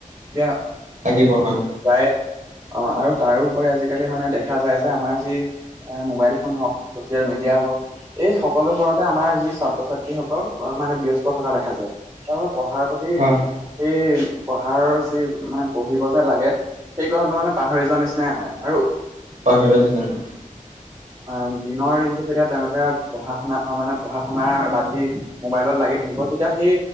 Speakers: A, on the right (about 20°); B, on the right (about 60°).
A: এতিয়া
B: লাগিব হয়।
A: প্ৰায় অ' আৰু তাৰোপৰি আজিকালি মানে দেখা যায় যে আমাৰ যি এ মোবাইল ফোন হওঁক চচিয়েল মিডিয়া হওঁক এই সকলোবোৰতে আমাৰ যি ছাত্ৰ ছাত্ৰীসকল মানে ব্যস্ত থকা দেখা যায়। পঢ়াৰ প্ৰতি
B: হয়
A: সেই পঢ়াৰ যি মানে পঢ়িব যে লাগে সেই কথাটো মানে পাহৰি যোৱা নিচিনায়ে হয। আৰু
B: পাহৰি যোৱা নিচিনা হ'য়।
A: অ' দিনৰ দিনতটো যেতিয়া তেওঁলোকে পঢ়া শুনা মানে পঢ়া শুনা বাদ দি মোবাইলত লাগি থাকিব, তেতিয়া সেই